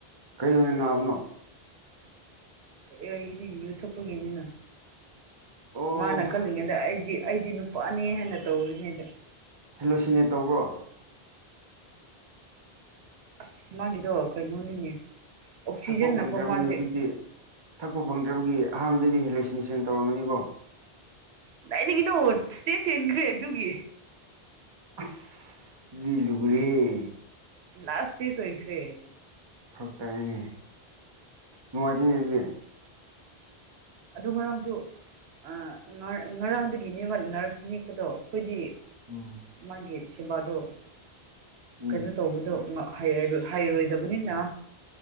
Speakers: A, on the right; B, on the right.
A: ꯀꯩ ꯑꯣꯏꯅ ꯅꯥꯕꯅꯣ
B: ꯀꯔꯤ ꯑꯣꯏꯒꯅꯤ ꯌꯨ ꯊꯛꯄꯒꯤꯅꯤꯅ
A: ꯑꯣ
B: ꯃꯥꯅ ꯀꯜꯂꯤꯉꯩꯗ ꯑꯩꯗꯤ ꯑꯩꯗꯤ ꯅꯨꯄꯥꯅꯦ ꯍꯦꯅ ꯇꯧꯔꯤꯉꯩꯗ
A: ꯍꯜꯂꯣꯁꯤꯅꯦꯠ ꯇꯧꯕ꯭ꯔꯣ
B: ꯑꯁ ꯃꯥꯒꯤꯗꯣ ꯀꯩꯅꯣꯅꯤꯅꯦ ꯑꯣꯛꯁꯤꯖꯟꯅꯀꯣ
A: ꯊꯛꯄ ꯐꯪꯗ꯭ꯔꯕꯒꯤ
B: ꯃꯥꯁꯦ
A: ꯍꯧꯖꯤꯛꯇꯤ ꯊꯛꯄ ꯐꯪꯗ꯭ꯔꯕꯒꯤ ꯑꯍꯥꯟꯕꯗꯗꯤ ꯍꯦꯂꯨꯁꯤꯅꯦꯁꯟ ꯇꯧꯔꯝꯃꯅꯤꯀꯣ
B: ꯀꯗꯥꯏꯗꯒꯤꯅꯣ ꯁꯇꯦꯁ ꯍꯦꯟꯈ꯭ꯔꯦ ꯑꯗꯨꯒꯤ
A: ꯑꯁ ꯗꯨꯗꯤ ꯂꯨꯔꯤꯍꯦ
B: ꯂꯥꯁ ꯁꯇꯦꯁ ꯑꯣꯏꯈ꯭ꯔꯦ
A: ꯐꯔꯛꯇꯥꯏꯅꯦ ꯅꯨꯡꯉꯥꯏꯇꯦꯅꯦ ꯑꯗꯨꯗꯤ
B: ꯑꯗꯨ ꯉꯔꯥꯡꯁꯨ ꯑꯥ ꯉꯔꯥ ꯉꯔꯥꯡꯗꯒꯤꯅꯦꯕ ꯅꯔꯁ ꯅꯦꯛꯄꯗꯣ ꯑꯩꯈꯣꯏꯗꯤ
A: ꯎꯝ
B: ꯃꯥꯒꯤ ꯁꯦꯕꯥꯗꯣ
A: ꯎꯝ
B: ꯀꯩꯅꯣ ꯇꯧꯕꯗꯣ ꯉ ꯍꯩꯔꯔꯣꯏ ꯍꯩꯔꯣꯏꯗꯕꯅꯤꯅ